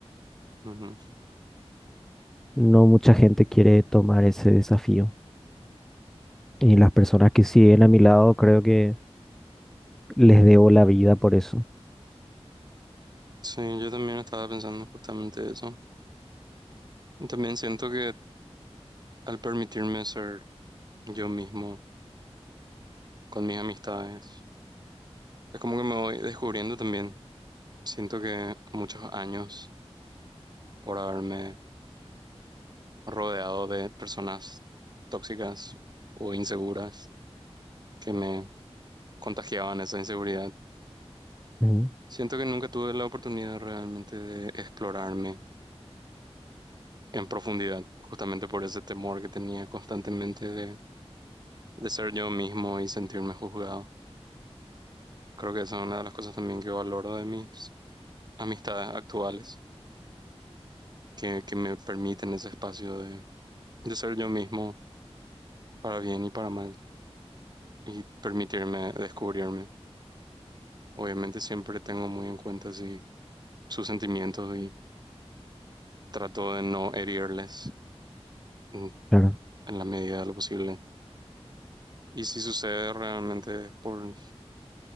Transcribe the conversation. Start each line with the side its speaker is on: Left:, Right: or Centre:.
Right: Ujú.
Centre: No mucha gente quiere tomar ese desafío y las personas que siguen a mi lado creo que les debo la vida por eso.
Right: Sí, yo también estaba pensando justamente eso. Y También siento que al permitirme ser yo mismo con mis amistades, Es como que me voy descubriendo también. Siento que muchos años por haberme rodeado de personas tóxicas o inseguras que me contagiaban esa inseguridad.
Centre: Ujú.
Right: Siento que nunca tuve la oportunidad realmente de explorarme en profundidad, justamente por ese temor que tenía constantemente de, de ser yo mismo y sentirme juzgado. Creo que esa es una de las cosas también que valoro de mis amistades actuales, que, que me permiten ese espacio de, de ser yo mismo para bien y para mal, y permitirme descubrirme. Obviamente siempre tengo muy en cuenta sí, sus sentimientos y trato de no herirles en,
Centre: Claro.
Right: en la medida de lo posible. Y si sucede realmente por,